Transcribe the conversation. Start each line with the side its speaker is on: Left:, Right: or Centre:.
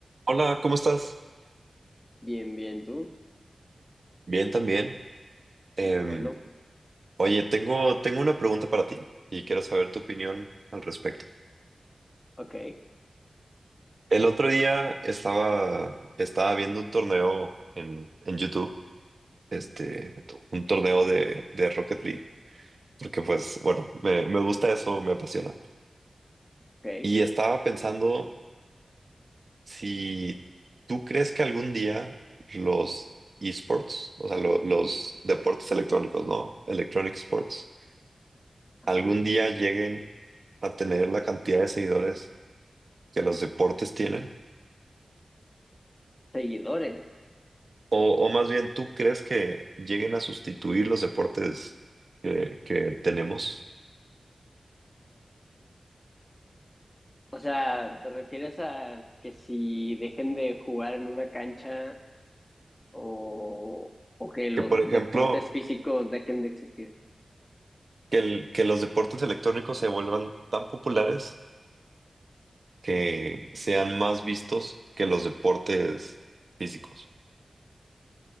Right: Hola, ¿cómo estás?
Left: Bien, bien, tú.
Right: Bien, también. Em,
Left: Qué Bueno,
Right: oye, tengo, tengo una pregunta para ti y quiero saber tu opinión al respecto.
Left: ok,
Right: El otro día estaba, estaba viendo un torneo en, en YouTube, este, un torneo de, de Rocket League, porque pues, bueno, me, me gusta eso, me apasiona.
Left: ok,
Right: Y estaba pensando si tú crees que algún día los esports, o sea, lo- los deportes electrónicos, ¿no? Electronic sports
Left: ajá.
Right: algún día lleguen a tener la cantidad de seguidores que los deportes tienen?
Left: Seguidores.
Right: O, o más bien, ¿tú crees que lleguen a sustituir los deportes que, que tenemos?
Left: O sea, ¿te refieres a que si dejen de jugar en una cancha o, o que los
Right: Que, por ejemplo,
Left: deportes físicos dejen de existir?
Right: que, el- que los deportes electrónicos se vuelvan tan populares que sean más vistos que los deportes físicos